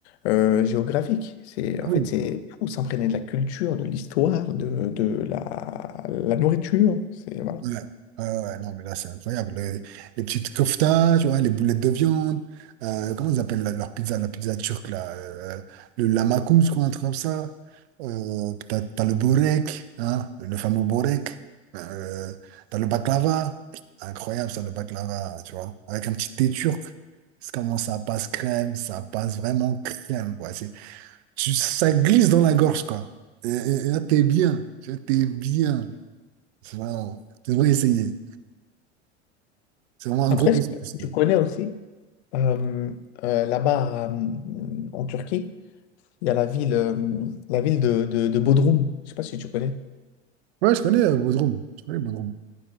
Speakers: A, on the left; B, on the right.
A: euh, géographique. C'est,
B: ah
A: en
B: oui.
A: fait, c'est fou, s'imprégner de la culture, de l'histoire, de, de la, la nourriture. C'est, voilà.
B: Ouais, ouais, ouais, ouais, non, mais là, c'est incroyable. Le- les petites koftas, tu vois, les boulettes de viande, euh, comment ils appellent la- leur pizza, la pizza turque, là, euh, le lamakoum, je crois, un truc comme ça. Euh, t'as, t'as le borek, hein, le fameux borek. Euh, t'as le baklava, incroyable ça, le baklava, tu vois, avec un petit thé turc. C'est comment ça passe crème, ça passe vraiment crème, quoi. C'est, tu, ça glisse dans la gorge, quoi. Et, et- et là, t'es bien, tu vois, t'es bien. C'est vraiment, tu devrais essayer. C'est vraiment un
A: Après,
B: gros concept.
A: ce que
B: ça.
A: tu connais aussi, euh, euh, là-bas euh, en Turquie, il y a la ville, euh, la ville de, de, de Bodrum. Je sais pas si tu connais.
B: Ouais, je connais euh, Bodrum. Je connais Bodrum.